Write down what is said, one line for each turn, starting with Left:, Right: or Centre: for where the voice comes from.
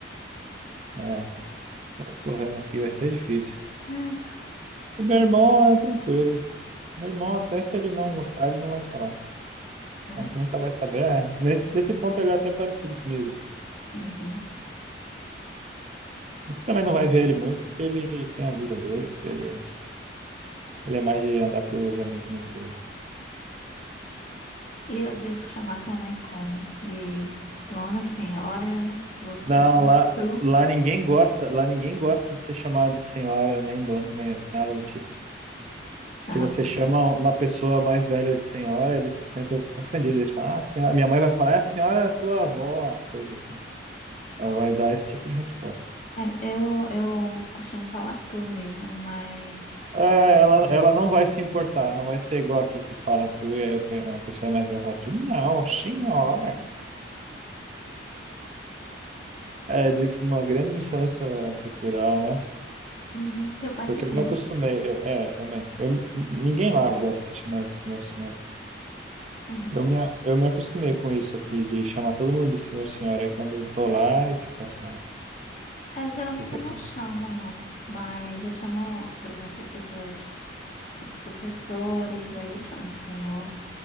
Right: É, tô, tô vendo aqui, vai ser difícil.
Left: Ah,
Right: E meu irmão é tranquilo. Meu irmão, até se ele não gostar, ele não vai falar.
Left: É.
Right: Então tu nunca vai saber. É, nesse, nesse ponto ele é até parecido comigo. assim.
Left: Uhum.
Right: E tu também não vai ver ele muito, porque ele tem a vida dele. Ele, ele é mais de andar com os amiguinhos dele.
Left: E eu devo chamar tua mãe como? De Dona Senhora, você,
Right: Não, lá,
Left: tu.
Right: lá ninguém gosta, lá ninguém gosta de ser chamado de senhora, nem dono, nem nada do tipo.
Left: Tá
Right: Se você
Left: bom.
Right: chama uma pessoa mais velha de senhora, eles se sentem ofendidos. Eles falam, ah, senhora, minha mãe vai falar, é a senhora é tua avó, coisa assim. Ela vai dar esse tipo de resposta.
Left: É, eu, eu costumo falar tu mesmo, mas.
Right: É, ela, ela não vai se importar, não vai ser igual aqui que fala tu, e aí o pe- a pessoa mais velha fala tu, não, senhora. É de uma grande diferença cultural, né?
Left: Uhum, Teu pai
Right: Porque
Left: também,
Right: eu me acostumei, eu- é, também. Eu, ninguém lá gosta de ser chamado de senhor, senhora.
Left: sim.
Right: Eu me, a- eu me acostumei com isso aqui, de chamar todo mundo de senhor, senhora. Aí quando eu tô lá, e fica essa,
Left: É, geralmente
Right: essas reclamações.
Left: eu não chamo, não. Mas eu chamo, por exemplo, pessoas, tipo professores, aí eu chamo senhor,